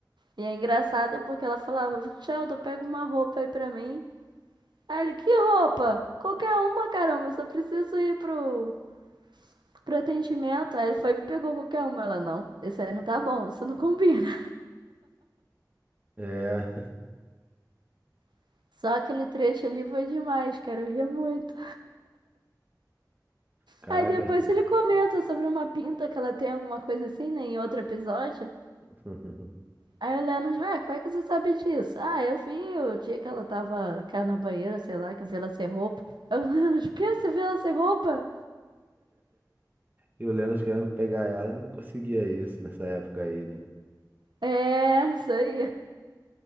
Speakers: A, on the right (about 90°); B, on the right (about 25°).
A: E é engraçado porque ela falava: Sheldon, pega uma roupa aí pra mim. Aí ele: Que roupa? Qualquer uma, caramba, eu só preciso ir pro. pro atendimento. Aí ele foi e pegou qualquer uma. Ela, não, esse aí não tá bom, isso não combina.
B: É,
A: <laughs> Só aquele trecho ali foi demais, cara, eu ria muito.
B: <laughs> caraca.
A: Aí depois ele comenta sobre uma pinta que ela tem alguma coisa assim, né, em outro episódio.
B: <laughs>
A: Aí o Leonard, ué, como é que você sabe disso? Ah, eu vi o dia que ela tava cá na banheira, sei lá, que eu vi ela sem roupa. <laughs> Aí o Leonard, o quê? Você viu ela sem roupa?
B: E o Leandro querendo pegar ela e não conseguia isso nessa época aí, né?
A: É, isso aí.